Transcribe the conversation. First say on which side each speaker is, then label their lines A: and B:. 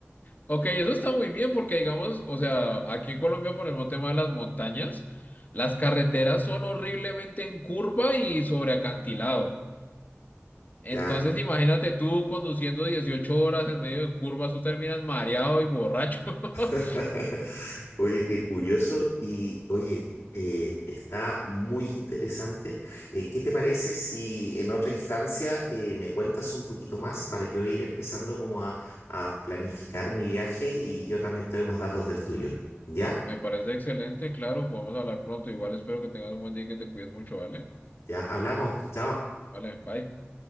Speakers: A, on the left (about 40°); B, on the left (about 90°).
A: ok, eso está muy bien porque digamos, o sea, aquí en Colombia por el mismo tema de las montañas, las carreteras son horriblemente en curva y sobre acantilado. Entonces
B: Claro.
A: imagínate tú conduciendo 18 horas en medio de curvas, tú terminas mareado y borracho. <laughs>
B: <laughs> Oye, qué curioso. Y oye, eh, está muy interesante. Eh, ¿qué te parece si en otra instancia eh, me cuentas un poquito más para yo ir empezando como a, a planificar mi viaje y yo también te doy más datos del tuyo? ¿Ya?
A: Me parece excelente, claro, podemos hablar pronto. Igual espero que tengas un buen día y que te cuides mucho, ¿vale?
B: Ya hablamos. Chao.
A: Vale, bye.